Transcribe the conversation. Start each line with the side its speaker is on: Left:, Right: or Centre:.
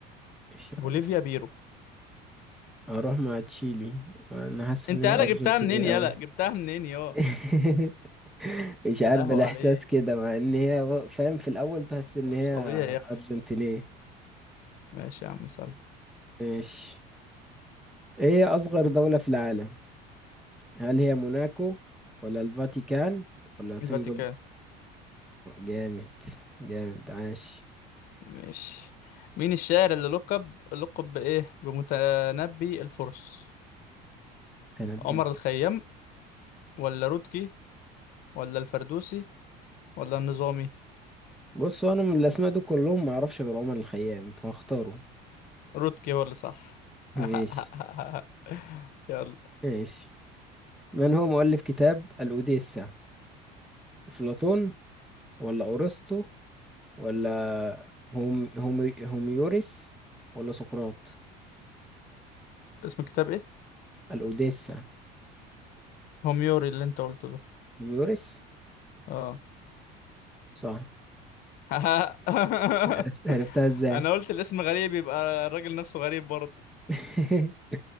Centre: مش عارف
Left: بوليفيا بيرو
Centre: هروح مع تشيلي أنا حاسس
Left: انت
Centre: إن هي
Left: يالا
Centre: أرجنتينية
Left: جبتها منين يالا
Centre: أوي
Left: جبتها منين يا
Centre: <laughs> مش عارف
Left: يا لهوي
Centre: الاحساس
Left: عليك
Centre: كده مع ان هي و- فاهم في الاول تحس ان
Left: ده
Centre: هي
Left: مش طبيعي يا اخي
Centre: ارجنتينية
Left: ماشي يا عم سلام
Centre: ماشي ايه اصغر دولة في العالم هل هي موناكو ولا الفاتيكان ولا سنغافورة
Left: الفاتيكان
Centre: جامد جامد عاش
Left: مش مين الشاعر اللي لقب لقب بإيه بمتنبي الفرس
Centre: تنبي
Left: عمر
Centre: الف
Left: الخيام ولا رودكي ولا الفردوسي ولا النظامي
Centre: بص هو انا من الاسماء دول كلهم ما اعرفش غير عمر الخيام فاختاره
Left: رودكي هو اللي صح
Centre: <laughs>
Left: <laughs>
Centre: ماشي
Left: يلا
Centre: ماشي من هو مؤلف كتاب الاوديسة افلاطون ولا ارسطو ولا هوم هومي- هوميوريس ولا سقراط
Left: اسم الكتاب ايه
Centre: الأوديسا
Left: هوميوري اللي انت قلته ده
Centre: ميوريس
Left: اه
Centre: صح
Left: <laughs>
Centre: عرفت عرفتها ازاي
Left: انا قلت الاسم غريب يبقى الراجل نفسه غريب برضه
Centre: <laughs>